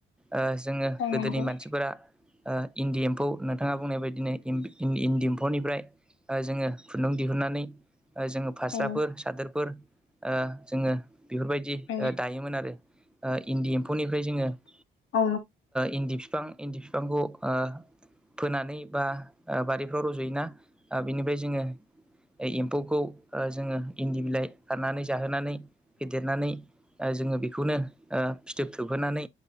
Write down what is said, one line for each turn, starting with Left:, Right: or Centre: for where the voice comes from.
Centre: ओ जोङो
Left: औ
Centre: गोदोनि
Left: नंगौ
Centre: मानसिफोरा ओ इन्दि एम्फौ नोंथाङा बुंनाय बायदिनो इन-इन्दि इन्दि एम्फौनिफ्राय ओ जोङो खुन्दुं दिहुनन्नानै ओ जोङो फास्राफोर
Left: औ
Centre: सादोरफोर ओ जोङो बेफोरबायदि
Left: औ
Centre: ओ दायोमोन आरो ओ इन्दि एम्फौनिफ्राय जोङो ओ
Left: औ
Centre: इन्दि फिफां इन्दि फिफांखौ ओ फोनानै बा ओ बारिफ्राव रज'योना ओ बिनिफ्राय जोङो एम्फौखौ ओ जोङो इन्दि बिलाइ खानानै जाहोनानै फेदेरनानै ओ जोङो बेखौनो ओ ओ फिथोब थोबहोनानै